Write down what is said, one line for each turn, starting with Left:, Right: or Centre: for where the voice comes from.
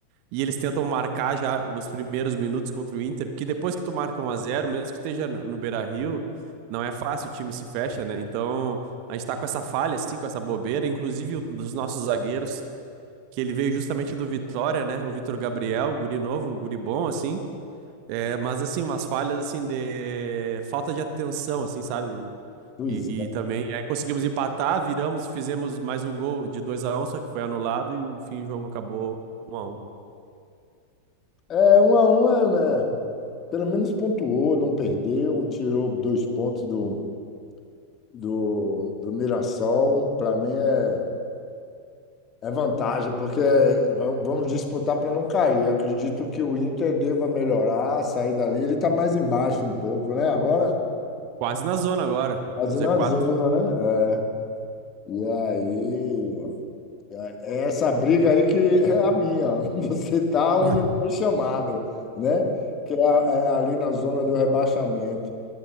Right: E eles tentam marcar já nos primeiros minutos contra o Inter, porque depois que tu marca um a zero mesmo que esteja no, no Beira-Rio, não é fácil, o time se fecha, né? Então, a gente tá com essa falha, assim, com essa bobeira, inclusive o, dos nossos zagueiros que ele veio justamente do Vitória, né? O Vitor Gabriel, guri novo, guri bom, assim. É, mas, assim, umas falhas, assim, de falta de atenção, assim, sabe?
Left: Pois
Right: E, e também, aí conseguimos empatar, viramos, fizemos mais um gol de 2 a um, só que foi anulado e o fim do jogo acabou um a um.
Left: é, É, um a um, é, né? Pelo menos pontuou, não perdeu, tirou dois pontos do. do, do Mirassol, para mim é, é vantagem, porque va- vamos disputar para não cair. Acredito que o Inter deva melhorar, sair dali. Ele está mais embaixo um pouco, né? Agora,
Right: Quase na zona agora,
Left: quase
Right: no z
Left: na
Right: quatro.
Left: zona, né? É. E aí, é essa briga aí que <laughs> é a minha. <laughs> Você tá onde
Right: <laughs>
Left: foi chamado, né? Que é, é ali na zona do rebaixamento.